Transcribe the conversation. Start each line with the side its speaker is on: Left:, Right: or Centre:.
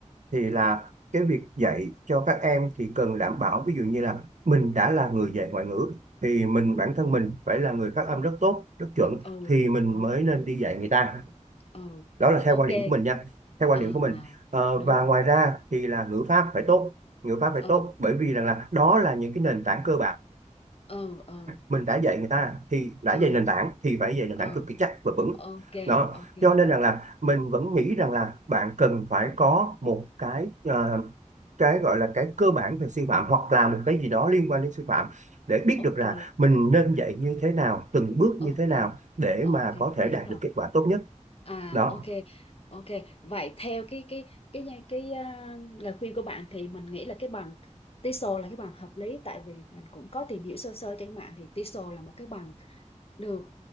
Right: thì là cái việc dạy cho các em thì cần đảm bảo ví dụ như là mình đã là người dạy ngoại ngữ thì mình
Left: Ừ.
Right: bản thân mình phải là người phát âm rất tốt rất chuẩn
Left: ừ
Right: thì mình
Left: đúng
Right: mới nên đi dạy người ta
Left: ừ
Right: đó là theo
Left: ok
Right: quan điểm của mình nha theo quan điểm
Left: à
Right: của mình
Left: à
Right: Ờ,
Left: đúng
Right: và ngoài ra thì là ngữ pháp phải tốt ngữ pháp phải
Left: ừ
Right: tốt bởi vì rằng là đó là những cái nền tảng cơ bản
Left: ừ ừ
Right: mình đã dạy người ta thì đã dạy
Left: ừ
Right: nền tảng thì phải dạy nền
Left: ừ
Right: tảng cực kỳ chắc và vững
Left: ok
Right: đó
Left: ok
Right: cho nên rằng là mình vẫn nghĩ rằng là bạn cần phải có một cái ờ, cái gọi là cái cơ bản về sư phạm hoặc là một cái gì đó liên quan đến sư phạm để biết
Left: ok
Right: được là mình nên dạy như thế nào từng bước như
Left: ok
Right: thế nào để
Left: ok
Right: mà
Left: mình
Right: có thể
Left: hiểu
Right: đạt
Left: rồi
Right: được kết quả tốt nhất
Left: à
Right: đó
Left: ok ok vậy theo cái cái cái cái, cái à, lời khuyên của bạn thì mình nghĩ là cái bằng TESOL là cái bằng hợp lý tại vì mình cũng có tìm hiểu sơ sơ trên mạng thì TESOL là một cái bằng được